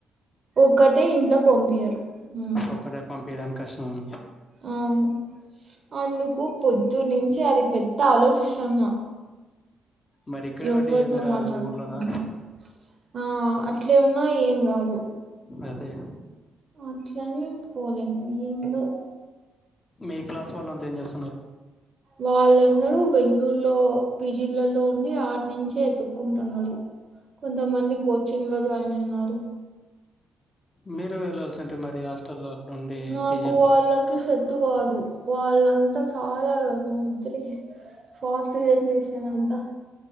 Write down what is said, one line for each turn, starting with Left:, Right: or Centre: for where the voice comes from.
Right: ఒక్కటే ఇంట్లో పంపియరు ఉమ్
Left: ఒక్కతే పంపియడానికి కష్టము
Right: అవును అందుకు పొద్దున్నించి అది పెద్ద ఆలోచిస్తాన్న
Left: మరి ఇక్కడే
Right: ఎవర్తో
Left: ఉంటే ఏంది రాదు
Right: మాట్లాడుకోకుండా
Left: ఊర్లోనా
Right: ఆ అట్లే ఉన్నా ఏం గాదు
Left: అదే
Right: అట్లనీ పోలేను ఏందో
Left: మీ క్లాస్ వాళ్ అంత ఏం జేస్తున్నరు
Right: వాళ్ళందరూ బెంగుళూరులో పీ జీ లల్లో ఉండి ఆట్ నుంచే ఎతుక్కుంటన్నరు కొంతమంది కోచింగ్ లో జాయిన్ అయినారు
Left: మీరు వెళ్ళల్సంటే మరి హాస్టల్లో ఉండి
Right: నాకు
Left: పీజీలో
Right: వాళ్ళకి సెట్టు గాదు వాళ్ళంతా చాలా మొద్దులిగా ఫాస్ట్ జనరేషన్ అంతా